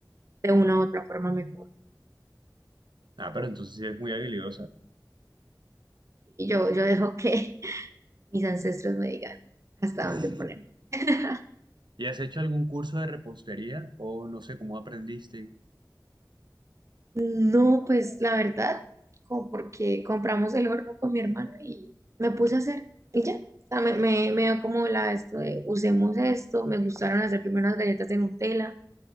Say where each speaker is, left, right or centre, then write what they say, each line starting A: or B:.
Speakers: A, on the right; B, on the right.
A: de una u otra forma mejor.
B: Ah, pero entonces sí eres muy habilidosa.
A: Y yo, yo dejo que mis ancestros me digan hasta
B: <laughs>
A: dónde poner. <laughs>
B: ¿Y has hecho algún curso de repostería o no sé cómo aprendiste?
A: No, pues la verdad, como porque compramos el horno con mi hermana y me puse a hacer y ya. O sea, me, me, me dio como la esto de usemos esto, me gustaron hacer primero unas galletas de Nutella